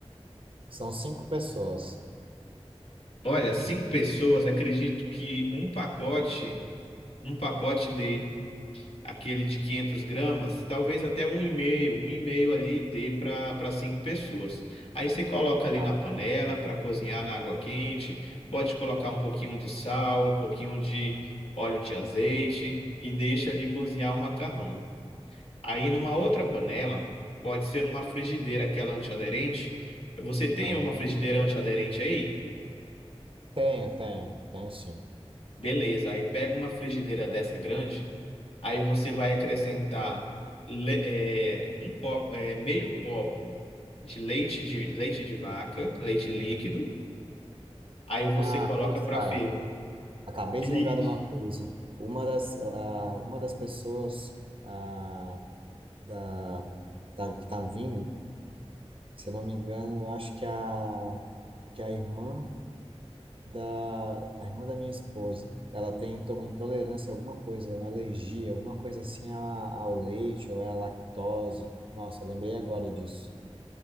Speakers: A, on the right; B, on the left.
A: São cinco pessoas.
B: Olha, cinco pessoas, acredito que um pacote, um pacote dê. aquele de 500 gramas, talvez até um e meio, um e meio ali dê para para cinco pessoas. Aí você coloca ali
A: Tá,
B: na panela para cozinhar na água quente, pode colocar um pouquinho de sal, um pouquinho de óleo de azeite e deixa ali cozinhar o macarrão. Aí numa outra panela, pode ser numa frigideira, aquela antiaderente. Você tem
A: aham.
B: uma frigideira antiaderente aí?
A: Tenho, tenho, tenho sim.
B: Beleza, aí pega uma frigideira dessa grande Aí você vai acrescentar le- é, um copo, é, meio copo de leite de leite de vaca, leite líquido. Aí você
A: Ah,
B: coloca
A: putz,
B: para
A: cara,
B: ferver.
A: acabei
B: Isso.
A: de lembrar de uma coisa. Uma das, ah, uma das pessoas ah, da, que tá, que tá vindo, se eu não me engano, eu acho que é a, que é a irmã da a irmã da minha esposa. Ela tem então intolerância a alguma coisa, uma alergia, alguma coisa assim a- ao leite ou é à lactose. Nossa, lembrei agora disso.